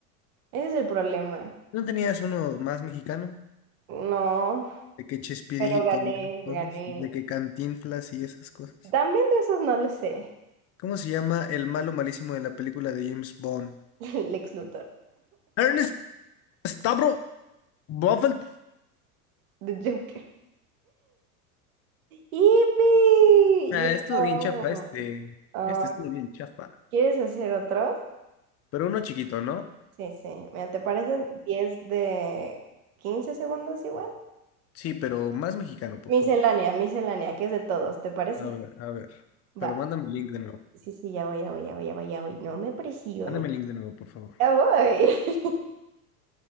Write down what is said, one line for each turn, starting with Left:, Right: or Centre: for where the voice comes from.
Right: Ese es el problema.
Left: ¿No tenías uno más mexicano?
Right: No,
Left: De que Chespirito
Right: pero gané,
Left: y esas
Right: gané.
Left: cosas, de que Cantinflas y esas cosas.
Right: También de esos no lo sé.
Left: ¿Cómo se llama el malo malísimo de la película de James Bond?
Right: <laughs> Lex Luthor,
Left: Ernest Stavro Buffett.
Right: The Joker. ¡Yipi!
Left: Ah,
Right: Ya
Left: estuvo
Right: acabamos.
Left: bien chafa este.
Right: Ah,
Left: Este estuvo bien chafa.
Right: ¿quieres hacer otro?
Left: Pero uno chiquito, ¿no?
Right: Sí, sí. Mira, ¿te parecen 10 de 15 segundos igual?
Left: Sí, pero más mexicano, por
Right: Miscelánea,
Left: favor.
Right: miscelánea, que es de todos, ¿te parece?
Left: A ver, a ver. Pero
Right: Va.
Left: mándame el link de nuevo.
Right: Sí, sí, ya voy, ya voy, ya voy, ya voy, ya voy. No me presiones.
Left: Mándame el link de nuevo, por favor.
Right: Ya voy. <laughs>